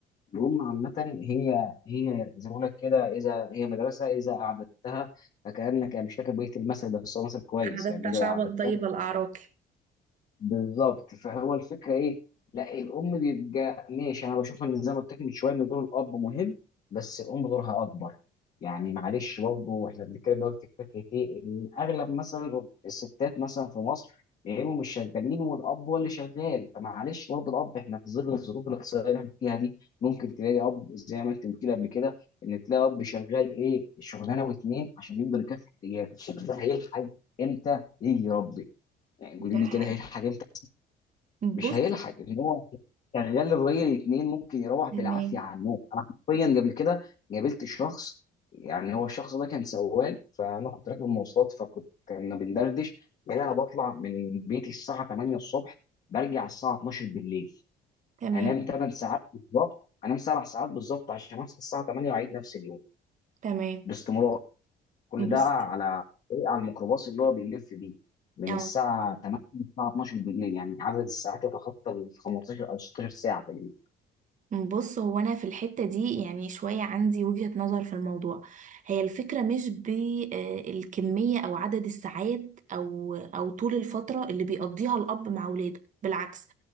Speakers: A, on the left; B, on the right.
A: الام عامه هي هي زي ما بقول لك كده اذا هي مدرسه اذا اعددتها فكانك يعني مش فاكر بقيه المثل بس هو مثل كويس
B: أعددت
A: يعني اذا
B: شعبا
A: اعددتها
B: طيب الأعراق
A: بالظبط فهو الفكره ايه لا الام بيبقى ماشي انا بشوف ان زي ما قلت لك من شويه ان دور الاب مهم بس الام دورها اكبر يعني معلش برضه احنا بنتكلم دلوقتي في فكره ايه ان اغلب مثلا الستات مثلا في مصر يا اما مش شغالين والاب هو اللي شغال فمعلش برضه الاب احنا في ظل الظروف الاقتصاديه اللي احنا فيها دي ممكن تلاقي اب زي ما انت قلت لي قبل كده ان تلاقي اب شغال ايه شغلانه واتنين عشان يقدر يكفي احتياجاته ده هيلحق امتى يجي يربي يعني قولي
B: ده
A: لي
B: حقيقي
A: كده هيلحق امتى
B: بص
A: مش هيلحق ان هو شغال الراجل اتنين ممكن يروح بالعافيه
B: تمام
A: على النوم انا حرفيا قبل كده قابلت شخص يعني هو الشخص ده كان سواق فانا كنت راكب مواصلات فكنت كنا بندردش قال انا بطلع من بيتي الساعه 8 الصبح برجع الساعه 12 بالليل
B: تمام
A: انام 8 ساعات بالظبط انام 7 ساعات بالظبط عشان اصحى الساعه 8 واعيد نفس اليوم
B: تمام
A: باستمرار كل
B: بص
A: ده على إيه؟ على الميكروباص اللي هو بيلف بيه من
B: أو
A: الساعة 8 للساعة 12 بالليل يعني عدد الساعات يتخطى ال 15 أو 16 ساعة تقريبا
B: بص هو أنا في الحتة دي يعني شوية عندي وجهة نظر في الموضوع هي الفكرة مش بالكمية أو عدد الساعات أو أو طول الفترة اللي بيقضيها الأب مع ولاده بالعكس